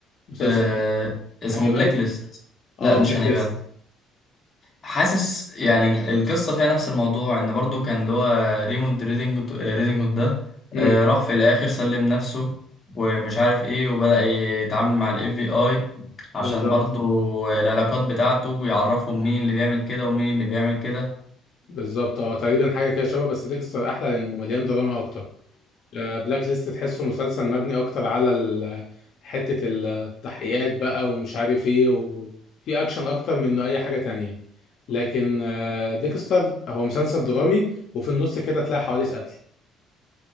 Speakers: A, on the left; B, on the left.
A: مسلسل
B: آه اسمه
A: هانيبال
B: بلاك ليست
A: اه
B: لا مش
A: بلاك
B: هانيبال
A: ليست
B: حاسس يعني ال- القصة فيها نفس الموضوع ان برضو كان اللي هو ريموند ريدنجوت ريدنجوت ده
A: امم
B: آه راح في الاخر سلم نفسه ومش عارف ايه وبدأ يتعامل مع الاف بي اي عشان
A: بالظبط
B: برضو العلاقات بتاعته ويعرفهم مين اللي بيعمل كده ومين اللي بيعمل كده
A: بالظبط اه تقريبا حاجة كده شبه بس ديكستر أحلى لأنه مليان دراما أكتر بلاك ليست تحسه مسلسل مبني اكتر على ال- حتة التحقيقات بقى ومش عارف ايه وفي اكشن اكتر من انه اي حاجة تانية لكن آه، ديكستر هو مسلسل درامي وفي النص كده تلاقي حوادث قتل